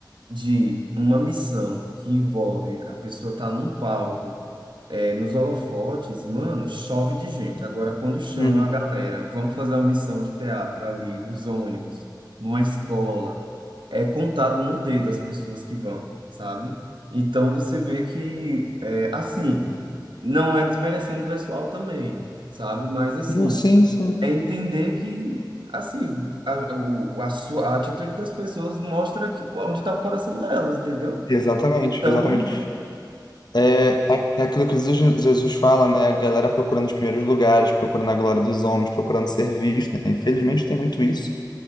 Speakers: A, on the right (about 90°); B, on the left (about 65°).
A: de uma missão que envolve a pessoa estar num palco, é, nos holofotes, mano, chove de gente. Agora, quando chama
B: Uhum.
A: a galera, vamos fazer uma missão de teatro ali, nos ônibus, numa escola, é contado no dedo as pessoas que vão, sabe? Então, você vê que, é, assim, não é desmerecendo o pessoal também, sabe? Mas, assim,
B: Não, sim, sim.
A: é entender que, assim, a, o- a, sua, a atitude das pessoas mostra que, onde está o coração delas, entendeu?
B: Exatamente,
A: Então,
B: exatamente. É, é é aquilo que Jesus, Jesus fala, né? A galera procurando os primeiros lugares, procurando a glória dos homens, procurando ser visto, né? Infelizmente tem muito isso.